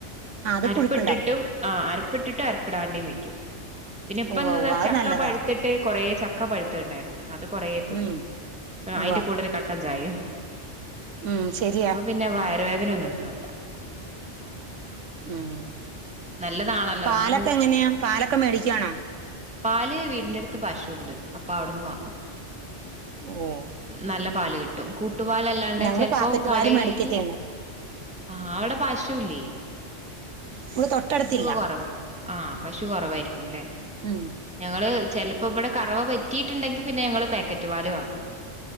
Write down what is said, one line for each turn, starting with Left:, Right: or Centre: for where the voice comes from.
Right: അത്
Centre: അരിപ്പിട്ടിട്ടും
Right: പുഴുക്കുണ്ടാക്കും
Centre: ആഹ് അരപ്പിട്ടിട്ടും അരപ്പിടാണ്ടിം വെക്കും പിന്നെ ഇപ്പ
Right: ഉവ്വ
Centre: ഇന്ന് ഇതാ
Right: ഉവ്വ അത്
Centre: ചക്ക
Right: നല്ലതാ
Centre: പഴുത്ത് ട്ട് കൊറേ ചക്ക പഴുത്തതുണ്ടായിരുന്നു. അത് കൊറേ തിന്നു.
Right: ഉം
Centre: അയിന്റെ
Right: ഉവ്വ
Centre: കൂടെ ഒരു കട്ടൻ ചായേം.
Right: ഉം ശരിയാ.
Centre: പിന്നാ വയർവേദന ഒന്നും ഉണ്ടാവൂല്ല.
Right: ഉംമ്.
Centre: നല്ലതാണല്ലോ
Right: പാലൊക്കെ
Centre: ന്നും
Right: എങ്ങനെയാ പാലൊക്കെ മേടിക്ക്യാണോ?
Centre: പാല് വീടിന്റെ അടുത്ത് പശുണ്ട് അപ്പൊ അവട്ന്ന് വാങ്ങും.
Right: ഓഹ്.
Centre: നല്ല പാല് കിട്ടും. കൂട്ടുപാലല്ലാണ്ടെ
Right: ഞങ്ങള്
Centre: ചെലപ്പോ
Right: പാക്കറ്റ്
Centre: കടയിലേക്ക്
Right: പാല് മേടിക്ക ചെയ്യണേ
Centre: ആഹ് അവടെ പശു ല്ലേ?
Right: നമുക്ക് തൊട്ടടുത്തില്ല.
Centre: കുറവായിരിക്കും ആഹ് പശു കൊറവായിരിക്ക്യു ല്ലേ.
Right: ഉംമ്.
Centre: ഞങ്ങള് ചെലപ്പോ ഇവടെ കറവ പറ്റിയിട്ടുണ്ടെങ്കി പിന്നെ ഞങ്ങള് പാക്കറ്റ് പാല് വാങ്ങും.